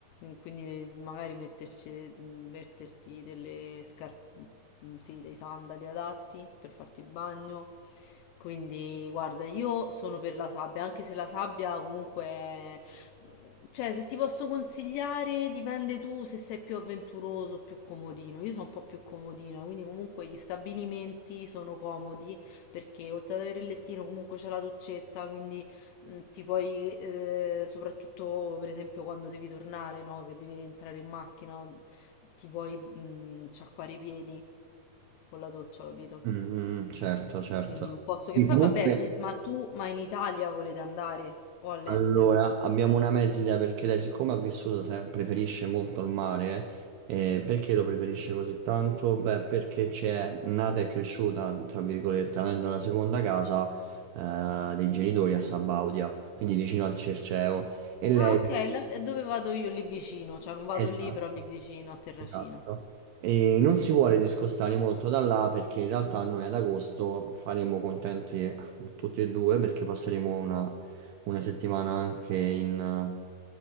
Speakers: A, on the left; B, on the right.
A: mm, Quindi magari metterci, metterti delle scarpe, sì, dei sandali adatti per farti il bagno. Quindi, guarda, io sono per la sabbia, anche se la sabbia comunque... Cioè, se ti posso consigliare, dipende tu se sei più avventuroso o più comodino. Io sono un po' più comodina, quindi comunque gli stabilimenti sono comodi perché oltre ad avere il lettino comunque c'è la doccetta, quindi mh, ti puoi, eh, soprattutto per esempio quando devi tornare, no? Che devi rientrare in macchina, ti puoi mh, sciacquare i piedi con la doccia, capito?
B: Mm, mm, certo, certo.
A: Quindi un posto
B: Sì,
A: che poi
B: comunque
A: vabbè, pi- ma tu, ma in Italia volete andare o all'estero?
B: Allora, abbiamo una mezz'idea perché lei, siccome ha vissuto, se- preferisce molto il mare. eh, perché lo preferisce così tanto? Beh, perché c'è nata e cresciuta, tra virgolette, avendo la seconda casa, eh, dei genitori a Sabaudia, quindi vicino al Cerceo. E lei.
A: Ah, ok, la- e dove vado io? Lì vicino, cioè non vado
B: Esatto.
A: lì, però lì vicino a Terracina.
B: Esatto. E non si vuole discostare molto da là perché in realtà noi ad agosto faremo contenti eh, tutti e due perché passeremo una, una settimana anche in,